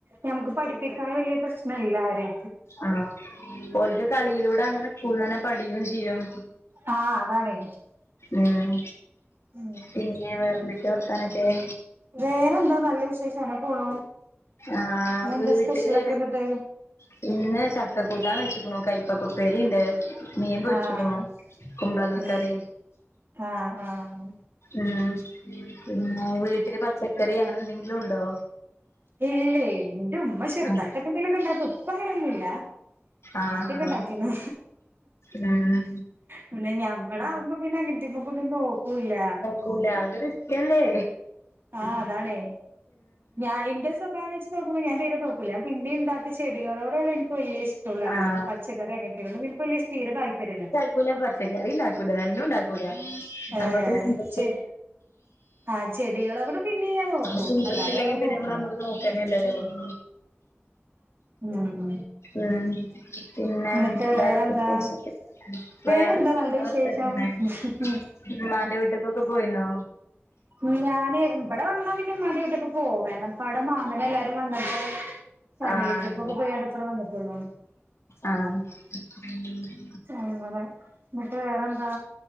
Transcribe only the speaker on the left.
ആഹ് ഓൾക് കളിയിലൂടെ അങ്ങനെ സ്കൂൾ തന്നെ പഠിക്കും ചെയ്യും
ഉം
പിന്നെ വേറെ എന്തൊക്കെയാ
ആഹ്
വീട്ടില്
പിന്നെ ചക്കക്കൂട്ടാന്ന് വെച്ചീക്കാണു കൈപ്പക്കപ്പേരി ഉണ്ട് മീൻ പൊരിച്ചെക്കാണു
കുമ്പളങ്ങ
കറി
ഉം പിന്നെ വീട്ടില് പച്ചക്കറി അങ്ങനെ എന്തെങ്കിലും ഉണ്ടോ
ആഹ്
ആഹ്
ആഹ്
ഉം
കൂടാതെ വെക്കല്ലേ
ആഹ്
ആക്കൂല പച്ചക്കറി ഉണ്ടാക്കൂല രണ്ടും ഉണ്ടാക്കൂല
നമ്മുല്ല
നമ്മക്ക് ഇന്റെരെസ്റ്റ്
ഇല്ലെങ്കിൽ പിന്നെ
നമ്മള് നോക്കേണ്ടത് ഇല്ലാലോ <inaudible>
ഉം പിന്നെ
വേറെ എന്തൊക്കെ വിശേഷം
വേറെ എന്ത്
<unintelligible> ഇമ്മന്റെ വീട്ടിൽ ഒക്കെ പോയിരുന്നോ
ആഹ്
ആഹ് <unintelligible>